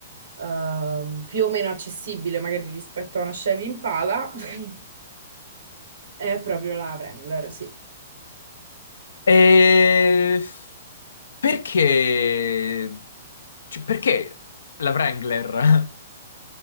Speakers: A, on the right (about 80°); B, on the left (about 80°).
A: ehm, più o meno accessibile magari rispetto a una Chevy Impala, <laughs> È proprio la Wrangler, sì.
B: E perché? cioè, perché la Wrangler? <laughs>